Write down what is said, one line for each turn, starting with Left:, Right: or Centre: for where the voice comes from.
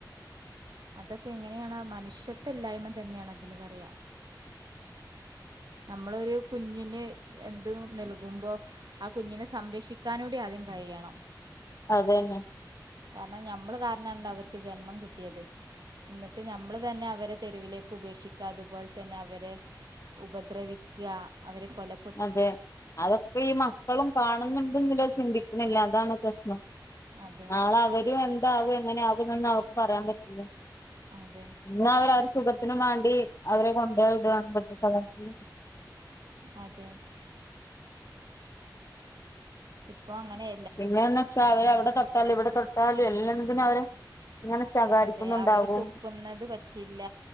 Right: അതൊക്കെ എങ്ങനെയാണ് മനുഷ്യത്ല്ലായ്മ തന്നെയാണ് അതിന് പറയാ നമ്മളൊരു കുഞ്ഞിന് എന്ത് നൽകുമ്പോ ആ കുഞ്ഞിനെ സംരക്ഷിക്കാനൂടെ ആദ്യം കഴിയണം.
Left: അതെന്നെ
Right: കാര്ണം ഞമ്മള് കാരണണ്ടോ അവർക്ക് ജന്മം കിട്ടിയത്. ന്നെട്ട് നമ്മള് തന്നെ അവരെ തെരുവിലേക്ക് ഉപേക്ഷിക്ക അതുപോലെ തന്നെ അവരെ ഉപദ്രവിക്ക അവരെ കൊല
Left: അതെ അതൊക്കെ ഈ മക്കളും കാണുന്നുണ്ട്ന്നലൊ ചിന്തി ന്നെല്ല അതാണ് പ്രശ്നം
Right: അതെ
Left: നാള അവരും എ ന്താകും എങ്ങനെയാകും നൊന്നും അവർക്ക് പറയാൻ പറ്റില്ല.
Right: അതെ
Left: ഇന്ന് അവരരു സുഖത്തിന് വേണ്ടി അവരെ കൊണ്ടയ്ടാണ് വൃദ്ധസദനത്തില്.
Right: അതെ ഇപ്പൊഅങ്ങനെ
Left: പിന്നെന്നെച്ചാ അവര അവടെ തൊട്ടാലു ഇവടെ തൊട്ടാലു എല്ലെതിനു അവരെ ഇങ്ങനെ ശകാരിക്കുന്നുണ്ടാവും
Right: അതെ അവര് തുപ്പുന്നത് പറ്റില്ല